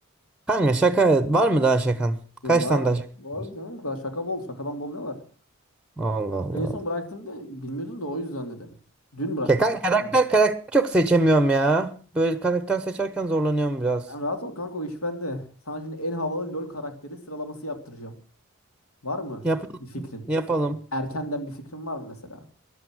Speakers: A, in the centre; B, on the left.
A: Kanka şaka var mı daha şakan?
B: Yo,
A: Kaç
B: Var,
A: tane daha şakan
B: var
A: var?
B: canım. Daha şaka bol. Şakadan bol ne var?
A: Allah Allah.
B: En son bıraktığımda bilmiyordun da o yüzden dedim. Dün bıraktım.
A: Ya kanka karakter
B: Sen
A: karakter çok seçemiyorum ya. Böyle karakter seçerken zorlanıyorum biraz.
B: rahat ol kanka o iş bende. Sana şimdi en havalı LoL karakteri sıralaması yaptıracağım. Var mı
A: Yap
B: bir fikrin?
A: yapalım.
B: Erkenden bir fikrin var mı mesela?